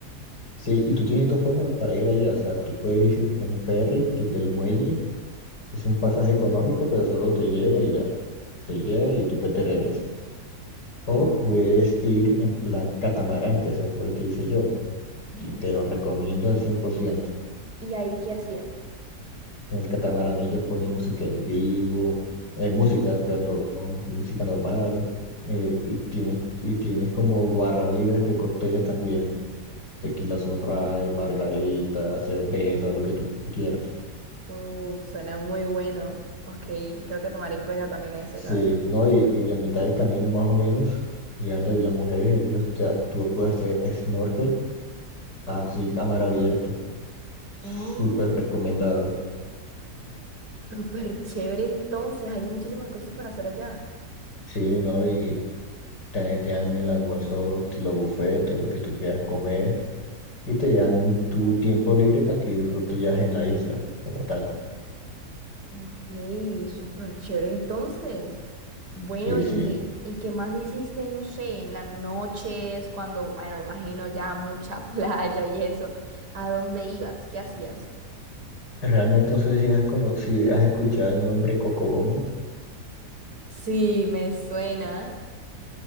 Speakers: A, on the left; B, on the right.
A: Sí, y tú tienes dos formas para ir allá, o sea, tú puedes ir en ferry desde el muelle, es un pasaje económico, pero solo te lleva y ya, te lleva y tú pues te regresas. O
B: Ok.
A: puedes ir en plan catamarán, que ese fue el que hice yo,
B: Ujú.
A: y te lo recomiendo al 100%.
B: ¿Y ahí qué hacías?
A: En el catamarán ellos ponen música en vivo, eh, música, perdón, música normal, eh, y tienes, y tienes como barra libre de cócteles también, tequila sunrise, margarita, cerveza, lo que tú quieras.
B: Uf, suena muy bueno. Ok, creo que tomaré en cuenta también ese,
A: Sí,
B: ¿sabes?
A: ¿no? Y, y a mitad del camino más o menos, llegando ahí las mujeres, ellos te, tú puedes hacer snorkel así a mar abierto, súper
B: Oh,
A: recomendado.
B: súper chévere entonces. Hay muchísimas cosas para hacer allá.
A: Sí, ¿no? Y también te dan el almuerzo estilo buffet, todo lo que tú quieras comer. y te dan tu tiempo libre para que disfrutes ya en la isla, como tal.
B: Ok, súper chévere entonces. Bueno,
A: Sí,
B: ¿y,
A: sí.
B: y qué más hiciste, no sé, en las noches, cuando, bueno, imagino ya mucha <laughs> playa y eso? ¿A dónde ibas? ¿Qué hacías?
A: Realmente no sé si has, cono- si has escuchado el nombre Cocobongo,
B: Sí, me suena.